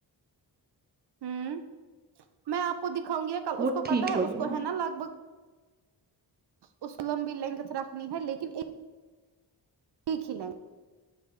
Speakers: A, on the right; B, on the right.
A: ہوں میں آپ کو دکھاؤں گی کل
B: وہ
A: اس کو
B: ٹھیک
A: پتا ہے
B: ہو جائیں
A: اس کو
B: گے
A: ہے نا لگ بھگ اس لمبی لینگت رکھنی ہے لیکن ایک ایک ہی لائن